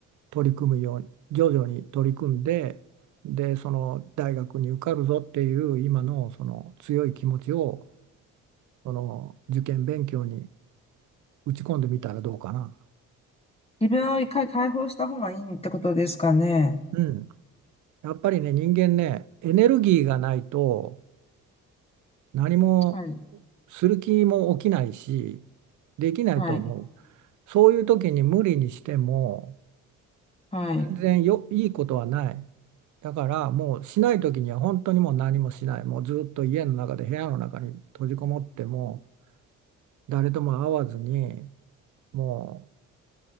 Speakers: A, on the right; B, on the left.
A: 取り組むように徐々に取り組んで、でその大学に受かるぞっていう今のその強い気持ちをその受験勉強に打ち込んでみたらどうかな。
B: 自分を一回解放した方がいいってことですかね。
A: うん。やっぱりね、人間ね、エネルギーがないと何も
B: はい。
A: する気も起きないし、できないと思う。
B: はい。
A: そういう時に無理にしても
B: はい。
A: 全然よ、いいことはない。だからもうしない時には本当にもう何もしない。もうずっと家の中で部屋の中に閉じこもっても誰とも会わずにも